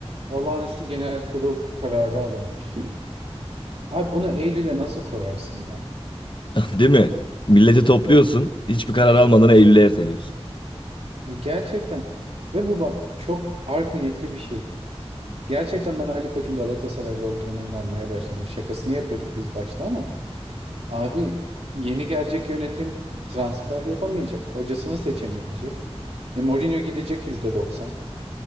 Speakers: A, on the right; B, on the left.
A: olağanüstü genel kurul kararı alınmış. Abi bunu Eylül'e nasıl koyarsın ya?
B: <laughs> Değil mi? Milleti topluyorsun, hiçbir karar almadan Eylül'e erteliyorsun.
A: Gerçekten ve bu bak çok art niyetli bir şey. Gerçekten ben Ali Koç'un Galatasaraylı olduğuna inanmaya başladım. Hani Şakasını yapıyorduk biz başta ama Abi yeni gelecek yönetim transfer yapamayacak. Hocasını seçemeyecek. E, Mourinho gidecek %90.